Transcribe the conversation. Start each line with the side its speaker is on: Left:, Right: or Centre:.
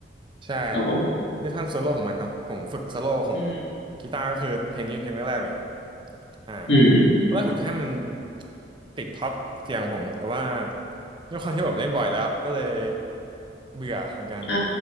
Right: ใช่
Left: ครับผม
Right: ด้วยท่อนโซโล่ของมันเนาะผมฝึกโซโล่ของ
Left: อืม
Right: กีตาร์ก็คือเพลงนี้เพลงแรกๆเลยอ่า
Left: อืม
Right: ตอนแรกผมจะให้มันติดท็อปเทียงของผมแต่ว่าด้วยความที่ผมเล่นบ่อยแล้วก็เลยเบื่อเหมือนกัน
Left: อ่า